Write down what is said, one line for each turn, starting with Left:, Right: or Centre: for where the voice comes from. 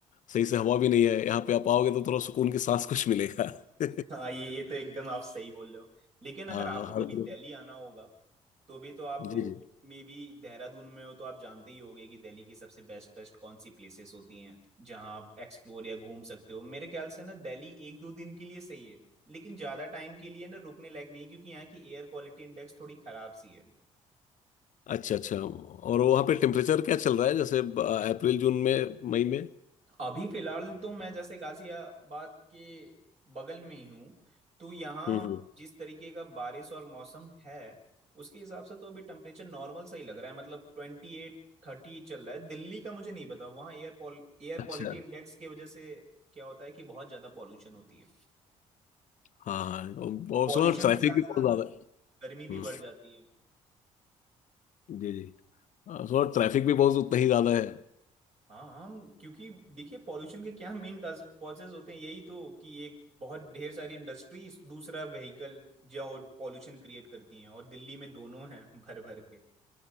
Left: सही से हवा भी नहीं है यहाँ पे आप आओगे तो थोड़ा सुकून की सांस कुछ मिलेगा <laughs>
Right: हाँ ये ये तो एकदम आप सही बोल रहे हो लेकिन अगर
Left: हाँ
Right: आपको कभी
Left: हर तरफ
Right: दिल्ली आना होगा तो भी तो आप तो
Left: जी जी
Right: मे बी देहरादून में हो तो आप जानते ही होंगे कि दिल्ली की सबसे बेस्ट बेस्ट कौन सी प्लेसेस होती हैं जहां आप एक्सप्लोर या घूम सकते हो मेरे ख्याल से ना दिल्ली एक दो दिन के लिए सही है लेकिन ज्यादा टाइम के लिए ना रुकने लायक नहीं है, क्योंकि यहाँ की एयर क्वालिटी इंडेक्स थोड़ी खराब सी है
Left: अच्छा अच्छा और वहाँ पे टेम्परेचर क्या चल रहा है जैसे अप्रैल जून में मई में
Right: अभी फिलहाल तो मैं जैसे गाजियाबाद के बगल में ही हूँ तो यहाँ
Left: हम्म हम्म।
Right: जिस तरीके का बारिश और मौसम है उसके हिसाब से तो अभी टेम्परेचर नॉर्मल सा ही लग रहा है मतलब ट्वेंटी एट थर्टी चल रहा है दिल्ली का मुझे नहीं पता वहाँ एयर एयर
Left: अच्छा
Right: क्वालिटी इंडेक्स की वजह से क्या होता है कि बहुत ज्यादा पॉल्यूशन होती है
Left: हाँ हाँ। और
Right: और
Left: और
Right: पॉल्यूशन
Left: सुना ट्रैफिक
Right: के साथ
Left: भी
Right: साथ
Left: बहुत ज्यादा है।
Right: गर्मी भी
Left: हम्म
Right: बढ़ जाती है
Left: जी जी और सुना ट्रैफिक भी बहुत उतना ही ज्यादा है
Right: हाँ हम क्योंकि देखिए पॉल्यूशन के क्या मेन कॉजेज होते हैं यही तो कि एक बहुत ढेर सारी इंडस्ट्री दूसरा व्हीकल जो पॉल्यूशन क्रिएट करती हैं और दिल्ली में दोनों हैं <laughs> भर भर के